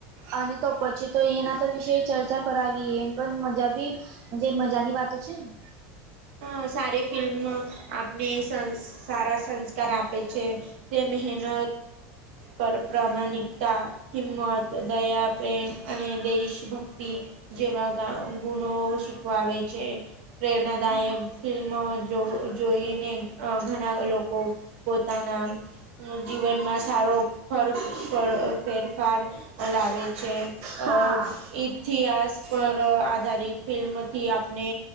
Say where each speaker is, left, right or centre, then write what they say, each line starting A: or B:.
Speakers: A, on the right; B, on the right.
A: અને તો પછી તો એના તો વિષ ચર્ચા કરાવીએ પણ મજા બી જે મજાની વાતો છે ને
B: હ સારી ફિલ્મ મં આપને સન સારા સંસ્કાર આપે છે તે મહેનત પર પ્રામાણિકતા હિંમત દયા પ્રેમ અને દેશ ભક્તિ જેવા ગુણો શીખવાવે છે પ્રેરણાદાયક ફિલ્મ જો જોઈને ઘણા લોકો પોતાના જીવનમાં સારો ફર ફેરફાર લાવે છે
A: હા
B: અ ઇતિહાસ પર આધારિત ફિલ્મથી આપણે